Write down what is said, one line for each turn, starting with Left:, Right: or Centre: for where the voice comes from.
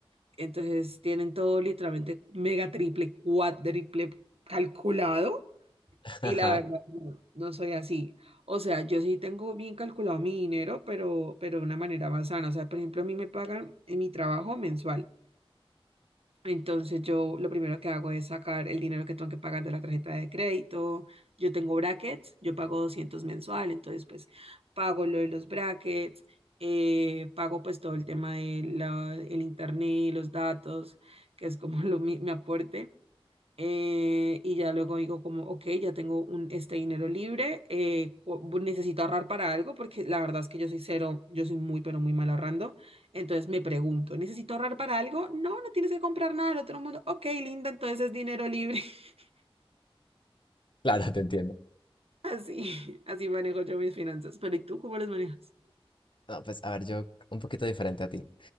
Right: entonces tienen todo literalmente mega, triple, cuádruple calculado
Left: <laughs>
Right: y
Left: Ajá,
Right: la verdad no, no soy así. O sea, yo sí tengo bien calculado mi dinero, pero, pero de una manera más sana. O sea, por ejemplo, a mí me pagan en mi trabajo mensual. Entonces yo lo primero que hago es sacar el dinero que tengo que pagar de la tarjeta de crédito. Yo tengo brackets, yo pago 200 mensual, entonces pues pago lo de los brackets, eh, pago pues todo el tema de la, el internet, los datos, que es como <laughs> lo, mi, mi aporte. Eh, y ya luego digo como, ok, ya tengo un, este dinero libre, eh, cu- necesito ahorrar para algo, porque la verdad es que yo soy cero, yo soy muy, pero muy mal ahorrando. Entonces me pregunto, ¿necesito ahorrar para algo? No, no tienes que comprar nada del otro mundo. Ok, linda, entonces es dinero libre. <laughs>
Left: Claro, te entiendo.
Right: Así, así manejo yo mis finanzas. Pero ¿y tú cómo las manejas?
Left: No, pues a ver, yo un poquito diferente a ti,